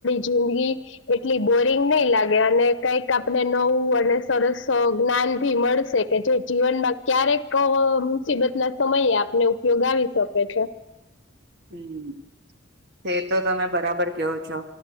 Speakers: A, on the left; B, on the right.
A: જિંદગી એટલી બોરિંગ નહી લાગે અને કઈક આપણે નવું અને સરસ. જ્ઞાન ભી મળશે કે જે જીવનમાં ક્યારેક મુસીબત ના સમયે આપને. યોગાવી શકે છે.
B: હમ તે તો તમે બરાબર કેહો છો.